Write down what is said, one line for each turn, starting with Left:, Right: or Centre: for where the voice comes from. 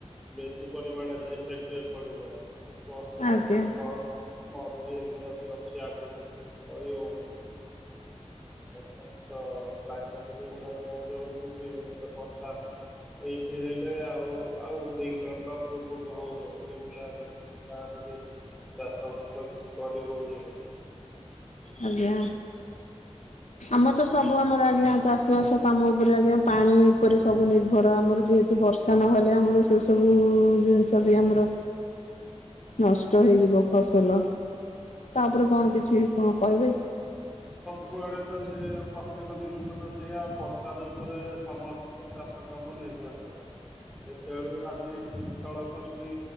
Centre: ବେଶୀ ପରିମାଣରେ ଇଫେକ୍ଟେ ପଡିବ। ବର୍ଷା
Left: ଆଜ୍ଞା
Centre: ମ ମରୁଡି ହେରିକା ବି ଅଛି ଆଗକୁ କହି ହଉନି। ବର୍ତ୍ତମାନ ତ କ୍ଲାଇମେଟ ଯୋଉ ଭଳିଆ ଚେଞ୍ଜ୍ ହଉଚି ଯେ ତ ବର୍ଷା ଏଇଠେ ହେଲେ ଆଉ ଆଉ ଦି କିଲମିଟର ପୂର୍ବକୁ ହଉନି ଏଇ ଭଳିଆ ହେଉ ଚି ଗାଁ ରେ ବି ଚାଷ ଫାଷ କିଛି କରି ହଉନି।
Left: ଆଜ୍ଞା। ଆମର ତ ସବୁ ଆମର ଆଜ୍ଞା ଚାଷ ବାସ କାମ ଉପରେ ଆଜ୍ଞା ପାଣି ଉପରେ ସବୁ ନିର୍ଭର ଆମର ଯେହେତୁ ବର୍ଷ ତା ନହେଲେ ଆମର ସେ ସବୁ ଜିନିଷ ବି ଆମର ନଷ୍ଟ ହେଇଯିବ ଫସଲ ତାପରେ କଣ କିଛି କଁ କହିବେ?
Centre: ତ ସବୁଆଡେ ତ ସେ ପ୍ରତ୍ୟେକ ଜିନିଷ ତ ସେଇଆ ବର୍ଷା ର ଉପରେ ସମ <unintelligible> ଚାଷ କାମ ନିର୍ଭରଶୀଳ। ଏତେଏଳୁ ଆଜି ଏଠି ଶୀତଳ ଷଷ୍ଠୀ